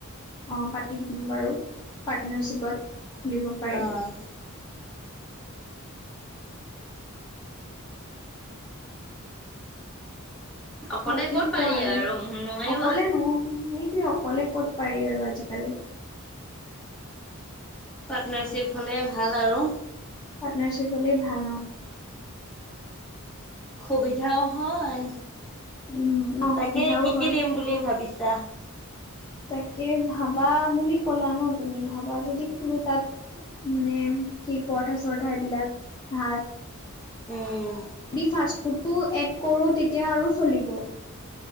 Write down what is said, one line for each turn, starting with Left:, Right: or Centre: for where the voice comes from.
Left: অ' পাতিম বাৰু। পাৰ্টনাৰশ্বিপত খুলিব পাৰি।
Centre: অ' অকলে
Left: বাকী
Centre: ক'ত পাৰি
Left: কোৱা আৰু
Centre: নোৱাৰিব।
Left: অকলে নো সেইটোৱে অকলে ক'ত পাৰি আৰু আজিকালি।
Centre: পাৰ্টনাৰশ্বিপ হ'লে ভাল আৰু।
Left: পাৰ্টনাৰশ্বিপ হলে ভাল অ,
Centre: সুবিধাও হয়।
Left: উম অ,
Centre: তাকে
Left: সুবিধাও
Centre: কি
Left: হয়,
Centre: কি দিম বুলি ভাবিছা?
Left: তাকে। ধাবা বুলি কলা ন' তুমি ধাবা যদি খোলো তাত, মানে কি পৰঠা চৰঠা এইবিলাক ভাত।
Centre: উম।
Left: যদি ফাষ্ট ফুডটো এড কৰো তেতিয়া আৰু চলিব।